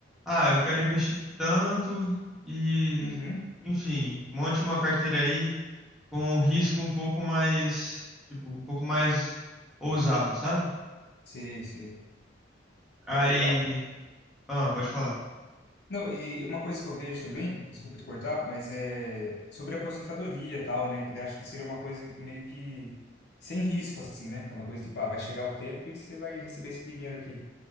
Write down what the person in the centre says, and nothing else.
Ah, eu quero investir tanto e,
enfim, monte uma carteira aí com um risco um pouco mais, tipo, um pouco mais ousado, sabe?
Aí,
ah, pode falar.